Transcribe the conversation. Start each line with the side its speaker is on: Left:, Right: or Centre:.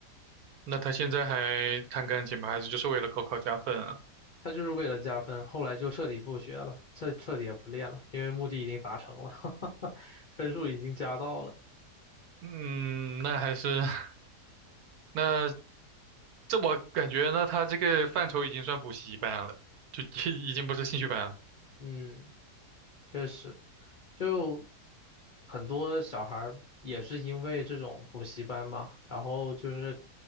Right: 那他现在还弹钢琴吗？还是就是为了高考加分啊？
Left: 他就是为了加分，后来就彻底不学了，彻彻底也不练了，因为目的已经达成了，<laughs> 分数已经加到了。
Right: 嗯，那还是 <laughs> 那这我感觉呢，他这个范畴已经算补习班了，就 <laughs> 已经不是兴趣班了。
Left: 嗯，确实。就很多小孩儿也是因为这种补习班嘛，然后就是